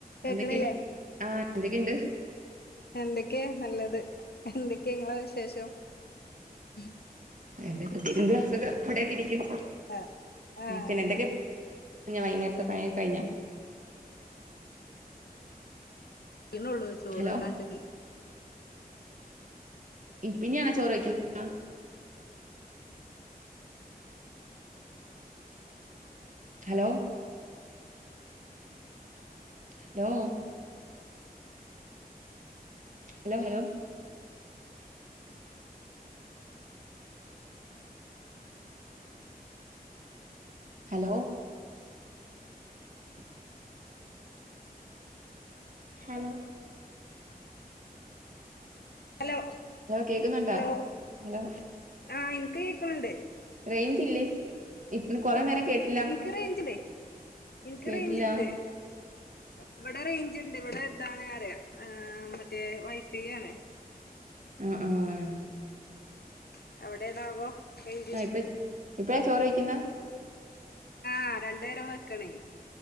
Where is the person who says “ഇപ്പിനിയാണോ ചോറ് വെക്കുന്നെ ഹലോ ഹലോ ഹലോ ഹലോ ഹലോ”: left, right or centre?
Right